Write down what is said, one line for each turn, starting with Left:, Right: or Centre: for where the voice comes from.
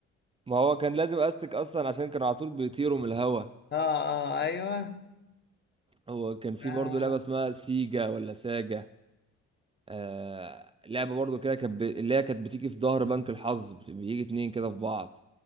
Right: ما هو كان لازم استك اصلا عشان كانوا على طول بيطيروا من الهوا
Left: اه اه ايوه
Right: هو كان في
Left: اه
Right: برضه لعبة اسمها سيجا ولا ساجا آه لعبة برضه كده كانت ب- اللي هي كانت بتيجي في ظهر بنك الحظ بت- بيجي اتنين كده في بعض